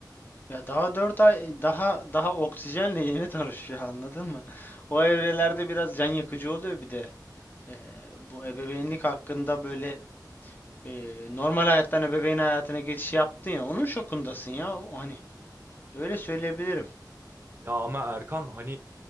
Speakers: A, on the left; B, on the right.
A: Ya daha 4 ay daha daha oksijenle yeni <laughs> tanışıyor anladın mı? <laughs> O evrelerde biraz can yakıcı oluyor bir de. Ee, bu ebeveynlik hakkında böyle e, normal hayattan ebeveyn hayatına geçiş yaptın ya onun şokundasın ya. O, hani öyle söyleyebilirim.
B: Ya ama Erkan hani